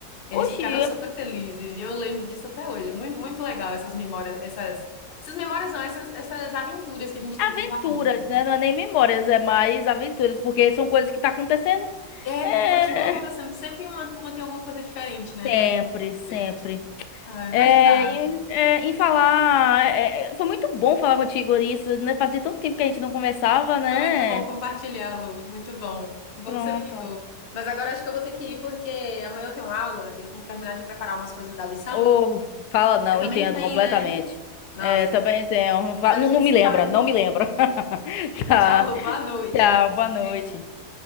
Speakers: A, on the left; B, on the left.
A: Eles
B: Oxi,
A: ficaram super
B: eu-
A: felizes e eu lembro disso até hoje. Muito, muito legal essas memórias, essas, essas memórias não, essas, essas aventuras que a gente
B: aventuras,
A: tem com os alunos, né?
B: né? Não é nem memórias, é mais aventuras, porque são coisas que tá acontecendo.
A: É,
B: É.
A: continua acontecendo. Sempre uma turma tem alguma coisa diferente, né,
B: Sempre,
A: pra
B: sempre.
A: ver. Ai,
B: É,
A: mas tá.
B: em, é, em falar, é, é, foi muito bom falar contigo isso, né? Fazia tanto tempo que a gente não conversava, né?
A: Foi muito bom compartilhar, Lu. Muito bom. Um pouco
B: Pronto.
A: você me ligou. Mas agora acho que eu vou ter que ir, porque amanhã eu tenho aula e eu tenho que terminar de preparar umas coisas da lição.
B: Ou fala, não,
A: Você também
B: entendo
A: tem,
B: completamente.
A: né? Nossa.
B: É, também entendo. Não, fa-
A: Mas
B: não
A: a gente
B: não me
A: se
B: lembra,
A: fala de
B: não
A: novo.
B: me lembra. <laughs> Tá,
A: Tchau, Lu. Boa noite.
B: tchau, boa
A: Um
B: noite.
A: Beijo.